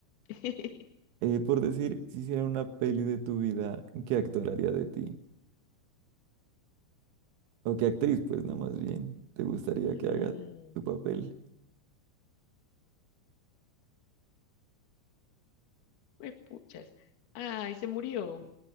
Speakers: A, on the left; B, on the right.
A: <laughs>
B: Eh, por decir, si hiciera una peli de tu vida, ¿qué actor haría de ti? O qué actriz, pues, no más bien, te gustaría
A: Mm,
B: que haga tu papel.
A: me puchas. Ay, se murió